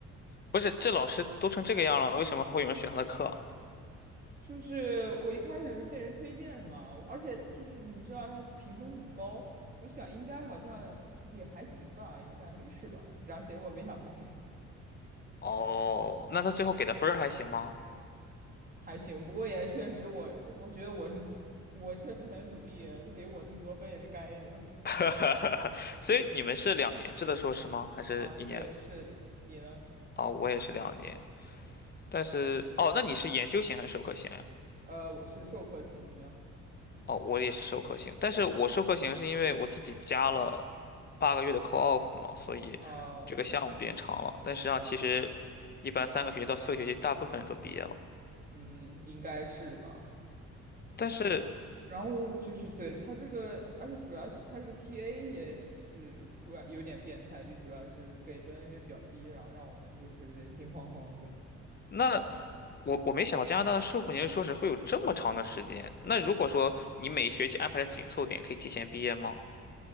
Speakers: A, on the left; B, on the right.
A: 不是，这老师都成这个样了，为什么还会有人选他的课？
B: 就是我一开始是被人推荐的嘛，而且就是你知道他评分很高，我就想应该好像也还行吧，应该没事吧。然后结果没想到是这样，
A: 哦，那他最后给的分儿还行吗？
B: 还行。不过也确实我，我觉得我是我确实很努力，给我这么多分也是该的。
A: <laughs> 所以你们是两年制的硕士吗？还是一年？
B: 嗯，对，是的，你呢？
A: 哦，我也是两年，但是哦，那你是研究型还是授课型呀？
B: 呃，我是授课型，你呢？
A: 哦，我也是授课型，但是我授课型是因为我自己加了八个月的 co-op 嘛，所以这个项目变长了。
B: 啊，
A: 但实际上，其实一般三个学期到四个学期，大部分人都毕业了。
B: 嗯，应该是的吧。
A: 但是
B: 然后就是对他这个，而且主要是他这个 TA 也是怪有点变态，就主要是给分因为比较低，然后让我们就是人心惶惶的。
A: 那我我没想到加拿大的授课年度硕士会有这么长的时间。那如果说你每学期安排的紧凑点，可以提前毕业吗？